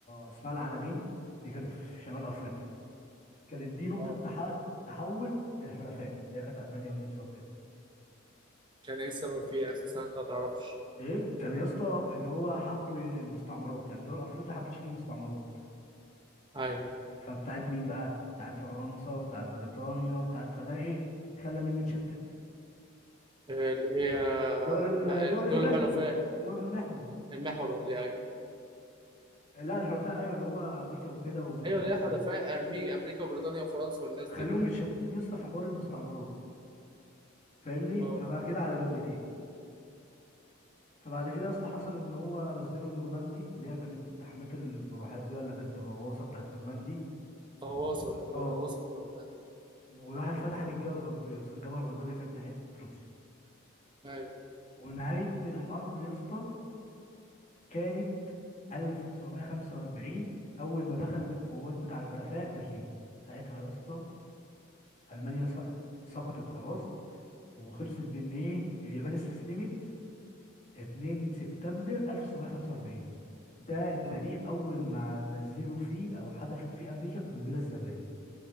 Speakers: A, on the left; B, on the right.
A: اسمها العلمين دي كانت في شمال افريقيا كانت دي نقطه
B: اه
A: تح- تحول للحلفاء اللي هي كانت المانيا والنمسا وكده
B: كان ايه السبب فيها اساسا انت ما تعرفش
A: ايه كان يا اسطى اللي هو حب المستعمرات يعني دول افريقيا حبت تشيل المستعمرات
B: ايوه
A: فبتاعت مين بقى بتاعت فرنسا وبتاعت بريطانيا وبتاعت فده ايه خلى مين متشتت
B: آه، اللي هي
A: دول
B: الم...
A: ال- دول المحور
B: دول حلفاء
A: دول المحور
B: المحور ولا ايه ايوه
A: لا الحلفاء ايوه اللي هو امريكا وكده وبريطانيا
B: ايوه اللي هي حلفاء
A: ايوه
B: أرمي... امريكا وبريطانيا وفرنسا والناس
A: خلوهم
B: دي
A: متشتتين يا اسطى في حوار المستعمرات فاهمني
B: اه
A: فبقى كده على جبهتين فبعد كده يا اسطى حصل ان هو نزلوا نورماندي اللي هي كانت حماة المروحات دي ولا كانت الغواصه بتاعت نورماندي
B: غواصه
A: اه
B: غواصه نورماندي
A: وراحت فتحت الجبهه الغربيه يا اسطى الجبهه الغربيه اللي كانت ناحيه روسيا
B: ايوه
A: ونهايه الحرب يا اسطى كانت 1945 اول ما دخلت القوات بتاع الحلفاء برلين ساعتها يا اسطى المانيا س- سقطت خلاص وخلصت بان ايه اليابان استسلمت 2 سبتمبر 1945 يا اسطى. ده التاريخ
B: امم
A: اول ما نزلوا فيه او حدثت فيه امريكا القنبله الذريه